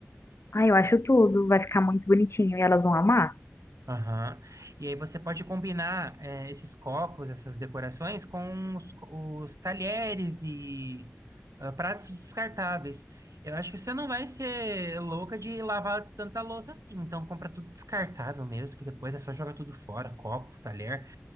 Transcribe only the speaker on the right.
Aham. E aí você pode combinar eh, esses copos, essas decorações com os, co- os talheres e ah, pratos descartáveis. Eu acho que você não vai ser louca de lavar tanta louça assim, então compra tudo descartável mesmo, que depois é só jogar tudo fora, copo, talher,